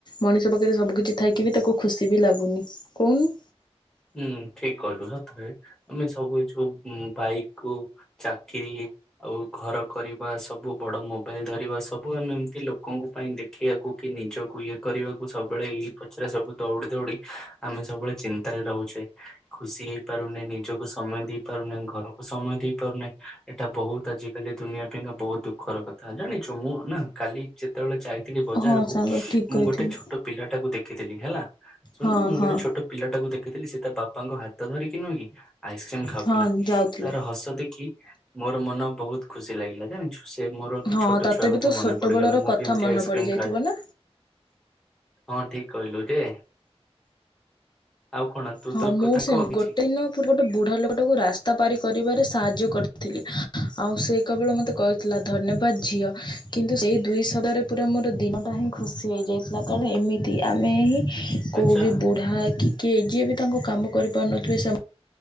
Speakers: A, on the left; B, in the centre.
A: ମଣିଷ ପାଖରେ ସବୁ କିଛି ଥାଇକି ବି ତାକୁ ଖୁସି ବି ଲାଗୁନି କହୁନୁ
B: ହୁଁ ଠିକ କହିଲୁ ସତରେ ଆମେ ସବୁ ଯୋଉ ବାଇକ କୁ ଚାକିରି ଆଉ ଘର କରିବା ସବୁ ବଡ ମୋବାଇଲ ଧରିବା ସବୁ ଆମେ ଏମତି ଲୋକଙ୍କ ପାଇଁ ଦେଖୁ ଦେଖିବାକୁ କି ନିଜକୁ ଇଏ କରିବାକୁ ସବୁବେଳେ ଏଇ ପଛରେ ସବୁ ଦୌଡି ଦୌଡି ଆମେ ସବୁବେଳେ ଚି ଚିନ୍ତାରେ ରହୁଛେ ଖୁସି ହେଇ ପାରୁନେ ନିଜକୁ ସମୟ ଦେଇ ପାରୁନେ ଘରକୁ ସମୟ ଦେଇ ପାରୁନେ। ଏଇଟା ବହୁତ ଆଜିକାଲି ଦୁନିଆ ପାଇଁକା ବହୁତ ଦୁଃଖର କଥା ଜାଣିଛୁ ମୁଁ ନା କାଲି ଯେତେବେଳେ ଯାଇ ଥିଲି ବଜାରକୁ
A: ହଁ ସାଙ୍ଗ ଠିକ୍
B: ମୁଁ
A: କହିଥିଲୁ
B: ଗୋଟେ ଛୋଟ ପିଲା ଟାକୁ ଦେଖିଥିଲି ହେଲା ଶୁଣୁ
A: ହଁ
B: ମୁଁ ଗୋଟେ
A: ହଁ।
B: ଛୋଟ ପିଲାଟାକୁ ଦେଖି ଥିଲି ସେ ତା ବାପାଙ୍କ ହାତ ଧରିକି ନୁହଁକି ଆଇସ୍କ୍ରିମ ଖାଉଥିଲା
A: ହଁ ଯାଉଥିଲା
B: ତାର ହସ ଦେଖି। ମୋର ମନ ବହୁତ ଖୁସି ଲାଗିଲା ଜାଣିଛୁ। ସେ ମୋର ବି
A: ହଁ
B: ଛୋଟ
A: ତତେ
B: ଛୁଆ କଥା
A: ବି ତୋ
B: ମନେ
A: ଛୋଟ
B: ପଡିଗଲା
A: ବେଳର
B: ମୁଁ
A: କଥା
B: ବି ଏମିତି
A: ମନେ
B: ଆଇସ୍କ୍ରିମ
A: ପଡିଯାଇଥିବ
B: ଖାଏ।
A: ନା?
B: ହଁ ଠିକ୍ କହିଲୁ ଯେ ଆଉ କଣ ତୁ
A: ହଁ
B: ତୋ
A: ମୁଁ
B: କଥା
A: ବି ସେମିତି
B: କହ କିଛି
A: ଗୋଟେ ଦିନ ମୁଁ ଗୋଟେ ବୁଢା ଲୋକଟାକୁ ରାସ୍ତା ପାରି କରିବାରେ ସାହାଯ୍ୟ କରିଥିଲି। ଆଉ ସେ କେବଳ ମତେ କହିଥିଲା ଧନ୍ୟବାଦ ଝିଅ କିନ୍ତୁ ସେଇ ଦୁଇ ସବ୍ଦରେ ପୁରା ମୋର ଦିନଟା ହିଁ ଖୁସି ହେଇଯାଇଥିଲା କାରଣ ଏମିତି ଆମେ ହିଁ କୋଉଠି
B: ଆଚ୍ଛା
A: ବୁଢା କି କିଏ ଯିଏ ବି ତାଙ୍କ କାମ କରିପାରୁନଥିବେ ସେମା